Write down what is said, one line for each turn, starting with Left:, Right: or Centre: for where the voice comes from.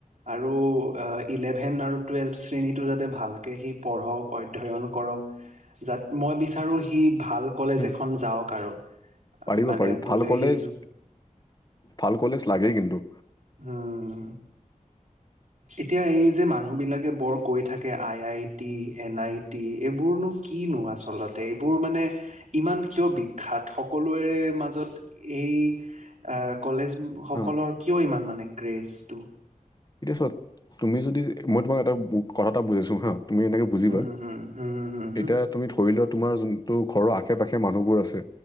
Right: আৰু ইলেভেন আৰু টুৱেলভ শ্ৰেণীটো যাতে ভালকৈ সি পঢ়ক অধ্যয়ন কৰক। যাত মই বিচাৰো সি ভাল কলেজ
Left: হুম,
Right: এখন যাওক আৰু।
Left: পাৰিব
Right: মানে
Left: পাৰি ভাল
Right: বোলে
Left: কলেজ
Right: সি
Left: ভাল কলেজ লাগেই কিন্তু।
Right: হম। এতিয়া এই যে মানুহ বিলাকে বৰ কৈ থাকে I I T N I T এইবোৰনো কিনো আচলতে এইবোৰ মানে ইমান কিয় বিখ্যাত সকলোৰে মাজত এই এই এ কলেজ সকলৰ
Left: হা
Right: কিয় ইমান মানে ক্ৰেজটো?
Left: এতিয়া চোৱা তুমি যদি মই তোমাক এটা কথা এটা বুজাইছো হা। তুমি এনেকে বুজিবা,
Right: হুম হুম হুম হুম
Left: এতিয়া তুমি ধৰি লোৱা তোমাৰ য তো ঘৰৰ আশে পাশে মানুহবোৰ আছে,